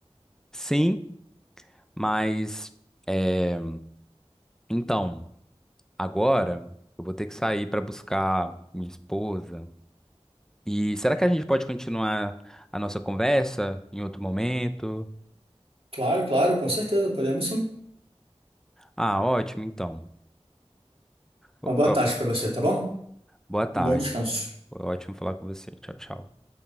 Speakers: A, in the centre; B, on the right.
A: sim, mas é, então, agora eu vou ter que sair para buscar minha esposa. E será que a gente pode continuar a nossa conversa em outro momento?
B: Claro, claro, com certeza. Podemos sim.
A: Ah, ótimo, então. Bo-
B: Uma boa
A: bo-
B: tarde para você, tá bom?
A: Boa tarde.
B: Um bom descanso.
A: Foi ótimo falar com você. Tchau, tchau.